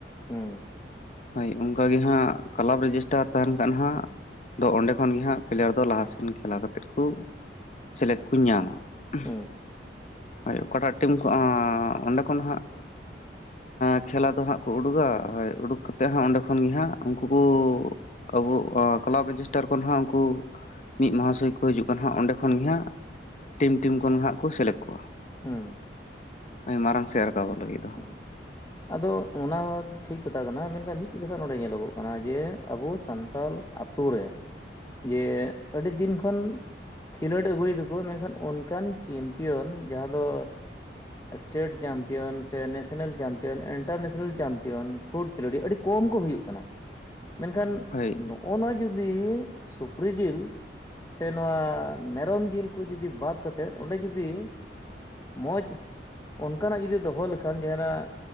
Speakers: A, on the left; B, on the left.
A: ᱦᱩᱸ
B: ᱦᱳᱭ ᱚᱱᱠᱟᱜᱮ ᱦᱟᱸᱜ ᱠᱞᱟᱵᱽ ᱨᱮᱡᱤᱥᱴᱟᱨ ᱛᱟᱦᱮᱱ ᱠᱷᱟᱱ ᱦᱟᱸᱜ ᱫᱚ ᱚᱸᱰᱮ ᱠᱷᱚᱱᱜᱮ ᱦᱟᱸᱜ ᱯᱞᱮᱭᱟᱨ ᱫᱚ ᱞᱟᱦᱟᱥᱮᱱ ᱠᱷᱮᱞᱟ ᱠᱟᱛᱮᱫ ᱠᱚ ᱥᱮᱞᱮᱫ ᱠᱚ ᱧᱟᱢᱟ <unintelligible>
A: ᱦᱩᱸ
B: ᱦᱳᱭ ᱚᱠᱟᱴᱟᱜ ᱴᱤᱢ ᱠᱷᱚᱱ <unintelligible> ᱚᱸᱰᱮ ᱠᱷᱚᱱ ᱦᱟᱸᱜ <unintelligible> ᱠᱷᱮᱞᱟ ᱫᱚ ᱦᱟᱸᱜ ᱠᱚ ᱩᱰᱩᱜᱟ ᱦᱳᱭ ᱩᱰᱩᱜᱽ ᱠᱟᱛᱮᱫ ᱦᱚᱸ ᱚᱸᱰᱮ ᱠᱷᱚᱱ ᱜᱮ ᱦᱟᱸᱜ ᱩᱱᱠᱩ ᱠᱚ ᱟᱵᱚ <unintelligible> ᱠᱞᱟᱵᱽ ᱨᱮᱡᱤᱥᱴᱟᱨ ᱠᱷᱚᱱ ᱦᱟᱸᱜ ᱩᱱᱠᱩ ᱢᱤᱫ ᱢᱚᱦᱟᱥᱚᱭ ᱠᱚ ᱦᱤᱡᱩᱜ ᱠᱟᱱᱟ ᱦᱟᱸᱜ ᱚᱸᱰᱮ ᱠᱷᱚᱱᱜᱮ ᱦᱟᱸᱜ ᱴᱤᱢ ᱴᱤᱢ ᱠᱷᱚᱱ ᱦᱟᱸᱜ ᱠᱚ ᱥᱮᱞᱮᱫ ᱠᱚᱣᱟ
A: ᱦᱮᱸ <inaudible>
B: ᱟᱡ ᱢᱟᱨᱟᱝ ᱥᱮᱫ ᱨᱟᱠᱟᱵᱚᱜ ᱞᱟᱹᱜᱤᱫ ᱫᱚ
A: <unintelligible> ᱟᱫᱚ ᱚᱱᱟ ᱦᱚᱸ ᱴᱷᱤᱠ ᱠᱟᱛᱷᱟ ᱠᱟᱱᱟ ᱢᱮᱱᱠᱷᱟᱱ ᱢᱤᱫᱴᱮᱱ ᱠᱟᱛᱷᱟ ᱱᱚᱰᱮ ᱧᱮᱞᱚᱜᱚᱜ ᱠᱟᱱᱟ ᱡᱮ ᱟᱵᱚ ᱥᱟᱱᱛᱟᱲ ᱟᱹᱛᱩ ᱨᱮ ᱡᱮ ᱟᱹᱰᱤᱫᱤᱱ ᱠᱷᱚᱱ ᱠᱷᱮᱞᱳᱹᱰ ᱟᱹᱜᱩᱭᱮᱫᱟᱠᱚ ᱢᱮᱱᱠᱷᱟᱱ ᱚᱱᱠᱟᱱ ᱪᱮᱢᱯᱤᱭᱚᱱ ᱡᱟᱦᱟᱸ ᱫᱚ ᱥᱴᱮᱮᱴ ᱪᱟᱢᱯᱤᱭᱚᱱᱥ ᱥᱮ ᱱᱮᱥᱮᱱᱮᱞ ᱪᱟᱢᱯᱤᱭᱟᱱ ᱤᱱᱴᱟᱨᱱᱮᱥᱮᱱᱮᱞ ᱪᱟᱢᱯᱤᱭᱟᱱ ᱯᱷᱩᱰ ᱠᱷᱮᱞᱳᱲᱤᱟᱹᱰᱤ ᱠᱚᱢ ᱠᱚ ᱦᱩᱭᱩᱜ ᱠᱟᱱᱟ ᱢᱮᱱᱠᱷᱟᱱ
B: ᱦᱳᱭ
A: ᱱᱚᱜᱼᱚ ᱱᱚᱣᱟ ᱡᱩᱫᱤ ᱥᱩᱠᱨᱤ ᱡᱤᱞ ᱥᱮ ᱱᱚᱣᱟ ᱢᱮᱨᱚᱢ ᱡᱤᱞ ᱠᱚ ᱡᱩᱫᱤ ᱵᱟᱫ ᱠᱟᱛᱮᱮᱫ ᱚᱸᱰᱮ ᱡᱩᱫᱤ ᱢᱚᱡᱽ ᱚᱱᱠᱟᱱᱟᱜ ᱡᱩᱫᱤ ᱫᱚᱦᱚ ᱞᱮᱠᱷᱟᱱ ᱡᱟᱦᱟᱱᱟᱜ